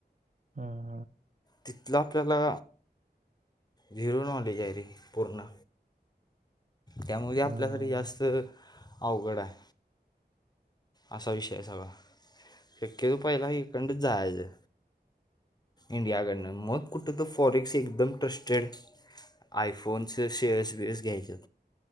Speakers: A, on the right (about 45°); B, on the left (about 25°).
A: हम.
B: तिथलं आपल्याला झिरो नॉलेज आहे रे पूर्ण त्यामध्ये आपल्यासाठी
A: हम्म, हम्म.
B: जास्त अवघड आहे. असा विषय सगळा, शक्यतो पहिला एककंड जायचं. इंडियाकडनं मग कुठं तर फॉरेक्स एकदम ट्रस्टेड आय फोनच शेअस वीअस घ्यायचं.